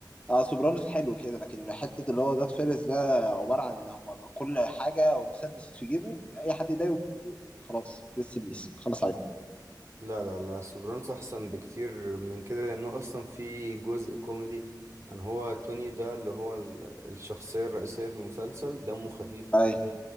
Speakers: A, on the left; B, on the right.
A: اه سوبرانوس حلو كده لكن حته اللي هو جاد فيرس ده عباره عن ان هم كل حاجه ومسدس في جيبه اي حد يضايقه خلاص لسه بيس خلاص عليه
B: لا لا لا سوبرانوس احسن بكتير من كده لانه اصلا في جزء كوميدي ان هو توني ده اللي هو ال- الشخصية الرئيسية في المسلسل دمه خفيف
A: اي